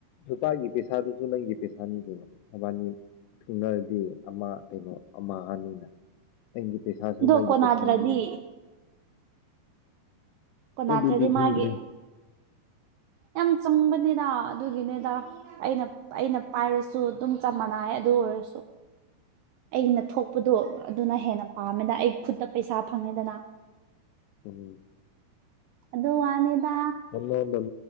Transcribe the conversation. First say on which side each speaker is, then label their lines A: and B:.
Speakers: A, on the left (about 85°); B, on the right (about 80°).
A: ꯅꯨꯄꯥꯒꯤ ꯄꯩꯁꯥꯗꯨꯁꯨ ꯅꯪꯒꯤ ꯄꯩꯁꯥꯅꯤ ꯀꯩꯅꯣ ꯅꯕꯥꯅꯤ ꯊꯨꯡꯅꯔꯗꯤ ꯑꯃ ꯀꯩꯅꯣ ꯑꯃ ꯑꯅꯤꯅ ꯑꯩꯒꯤ ꯄꯩꯁꯥꯁꯨ
B: ꯑꯗꯣ
A: ꯃꯥꯒꯤ
B: ꯀꯣꯟꯅꯗ꯭ꯔꯗꯤ
A: ꯄꯩꯁꯥꯅꯤ
B: ꯀꯣꯟꯅꯗ꯭ꯔꯥꯗꯤ
A: ꯑꯗꯨꯗꯤ ꯈꯪꯗ꯭ꯔꯦ
B: ꯃꯥꯒꯤ ꯌꯥꯝ ꯆꯪꯕꯅꯤꯗꯥ ꯑꯗꯨꯒꯤꯅꯦꯗꯥ ꯑꯩꯅ ꯑꯩꯅ ꯄꯥꯏꯔꯁꯨ ꯑꯗꯨꯝ ꯆꯞ ꯃꯥꯟꯅꯩꯌꯦ ꯑꯗꯨ ꯑꯣꯏꯔꯁꯨ ꯑꯩꯅ ꯊꯣꯛꯄꯗꯣ ꯑꯗꯨꯅ ꯍꯦꯟꯅ ꯄꯥꯝꯃꯦꯗ ꯑꯩ ꯈꯨꯠꯇ ꯄꯩꯁꯥ ꯐꯪꯉꯦꯗꯅ
A: ꯎꯝ
B: ꯑꯗꯨꯋꯥꯅꯦꯗ
A: ꯑꯃ ꯂꯝ